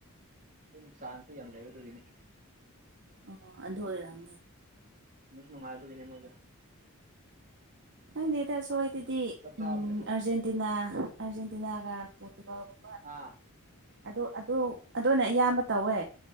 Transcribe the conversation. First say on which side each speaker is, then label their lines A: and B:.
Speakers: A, on the right; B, on the right.
A: ꯑꯗꯨꯝ ꯆꯥꯟꯁꯇꯣ ꯌꯥꯝ ꯂꯩ ꯑꯗꯨꯒꯤꯅꯤ
B: ꯑꯣ ꯑꯗꯨ ꯑꯣꯏꯔꯝ
A: ꯑꯗꯨꯁꯨ ꯅꯨꯡꯉꯥꯏꯕꯒꯤꯅꯦ ꯃꯣꯏꯗꯤ
B: ꯈꯪꯗꯦꯗ ꯁꯣꯏꯗꯗꯤ
A: ꯆꯞ ꯆꯥꯕꯒꯤꯅꯦꯕ
B: ꯎꯝ ꯑꯥꯔꯖꯦꯟꯇꯤꯅꯥ ꯑꯥꯔꯖꯦꯟꯇꯤꯅꯥꯒ ꯄꯣꯔꯇꯨꯒꯜꯒꯨꯝ__
A: ꯑꯥ꯫
B: ꯑꯗꯣ ꯑꯗꯣ ꯑꯗꯨꯅ ꯑꯌꯥꯝꯕ ꯇꯧꯋꯦ꯫